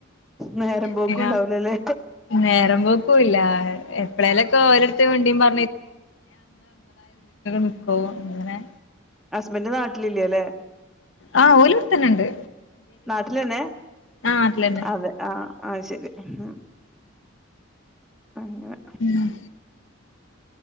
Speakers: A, in the centre; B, on the left (about 70°).
A: നേരം പോക്കും
B: പിന്ന
A: ഉണ്ടാവൂലല്ലേ
B: നേര വൊകുല്ല എ എപ്പളേലൊക്കെ ഓരോട്‌ത്ത വണ്ടിം പാ നിക്കും അങ്ങനെ
A: ബന്റ് നാട്ടിലില്ലല്ലേ?
B: ആ ഓല് വട്ത്തെന്നണ്ട്.
A: നാട്ടിലന്നെ
B: നാട്ടിലന്നെ
A: അതെ ആഹ് ആഹ് ശെരി. ഉം അങ്ങനെ
B: ഉം